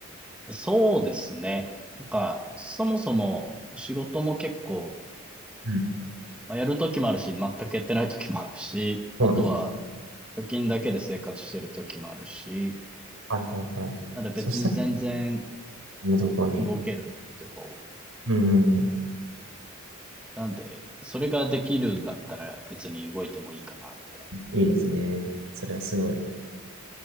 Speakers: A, in the centre; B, on the right.
A: そうですね。なんか、そもそも仕事も結構、
B: うん。
A: まあ、やるときもあるし、全くやってないときもあるし、
B: そうなんですね。
A: あとは貯金だけで生活してるときもあるし、
B: はいはいはい。
A: なので別に全然
B: そしたら、のところに。
A: こう動けるんですけど、
B: うんうんうん。
A: なんで、それができるんだったら別に動いてもいいかな、みたいな。
B: いいですね。それはすごい。